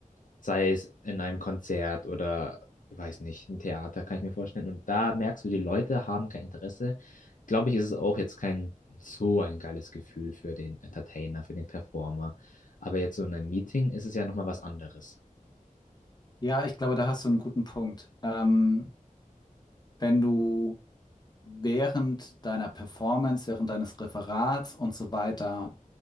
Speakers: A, on the left; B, on the left.
A: sei es in einem Konzert oder, weiß nicht, ein Theater, kann ich mir vorstellen. Und da merkst du, die Leute haben kein Interesse. Glaube ich, ist es auch jetzt kein so ein geiles Gefühl für den Entertainer, für den Performer. Aber jetzt so in einem Meeting ist es ja nochmal was anderes.
B: ja, ich glaube, da hast du einen guten Punkt. Ähm, wenn du während deiner Performance, während deines Referats und so weiter